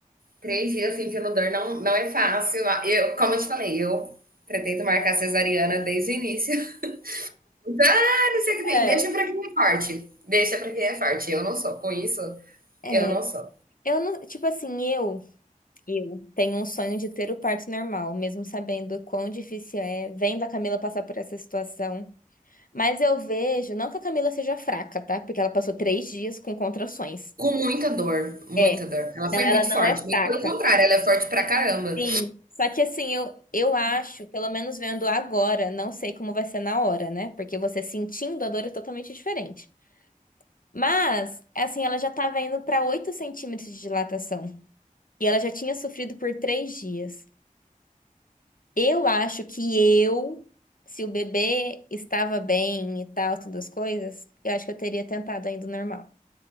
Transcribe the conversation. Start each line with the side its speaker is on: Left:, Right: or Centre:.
Right: Três dias sentindo dor não, não é fácil. Ah, Eu, como eu te falei, eu pretendo marcar cesariana desde o início. <laughs> Então, Ah, não sei o que tem.
Left: É.
Right: Deixa pra quem é forte. Deixa pra quem é forte. Eu não sou. Com isso,
Left: É,
Right: eu não sou.
Left: eu não, tipo assim, eu, eu tenho um sonho de ter o parto normal, mesmo sabendo quão difícil é, vendo a Camila passar por essa situação. Mas eu vejo, não que a Camila seja fraca, tá? Porque ela passou três dias com contrações.
Right: Com muita dor, muita
Left: É,
Right: dor. Ela
Left: não,
Right: foi
Left: ela
Right: muito
Left: não
Right: forte.
Left: é
Right: Muito
Left: fraca.
Right: pelo contrário, ela é forte pra caramba.
Left: Sim. Só que assim, eu, eu acho, pelo menos vendo agora, não sei como vai ser na hora, né? Porque você sentindo a dor é totalmente diferente. Mas, assim, ela já tava indo pra 8 centímetros de dilatação. E ela já tinha sofrido por três dias. Eu acho que eu, se o bebê estava bem e tal, todas as coisas, eu acho que eu teria tentado ainda o normal.